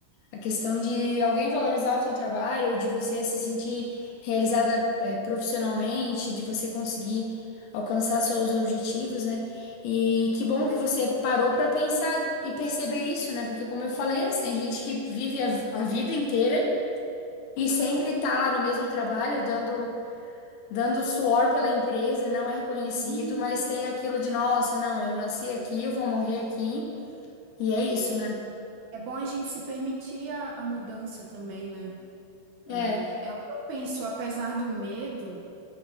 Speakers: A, on the left; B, on the right.
A: A questão de alguém valorizar o seu trabalho, de você se sentir realizada, eh, profissionalmente, de você conseguir alcançar seus objetivos, né? E que bom que você parou para pensar e perceber isso, né? Porque, como eu falei antes, tem gente que vive a, a vida inteira e sempre tá lá no mesmo trabalho, dando, dando suor pela empresa, não é reconhecido,
B: sim.
A: mas tem aquilo de, nossa, não, eu nasci aqui, eu vou morrer aqui. E é isso, né?
B: É bom a gente se permitir a, a mudança também, né?
A: É,
B: É, é o que eu penso, apesar do medo.